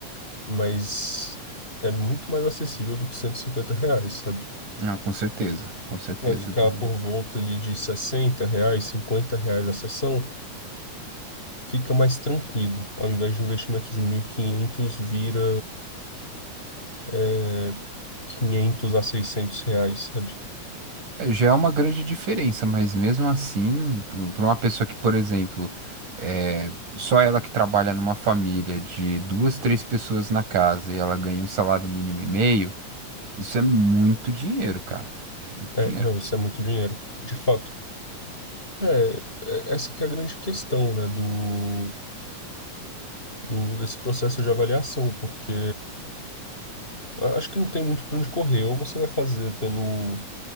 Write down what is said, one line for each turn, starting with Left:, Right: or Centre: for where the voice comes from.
Left: mas é muito mais acessível do que 150 reais, sabe?
Right: Ah, com certeza, com certeza,
Left: Vai ficar
Right: Dudu.
Left: por volta ali de 60 reais, 50 reais a sessão, fica mais tranquilo. Ao invés de um investimento de 1.500 vira é, 500 a 600 reais, sabe?
Right: É, já é uma grande diferença, mas mesmo assim, para uma pessoa que, por exemplo, é, só ela que trabalha numa família de duas, três pessoas na casa e ela ganha um salário mínimo e meio, isso é muito dinheiro, cara. Muito
Left: É,
Right: dinheiro.
Left: não, isso é muito dinheiro, de fato. É, é- essa que é a grande questão, né, do, do desse processo de avaliação, porque a- acho que não tem muito para onde correr. Ou você vai fazer pelo,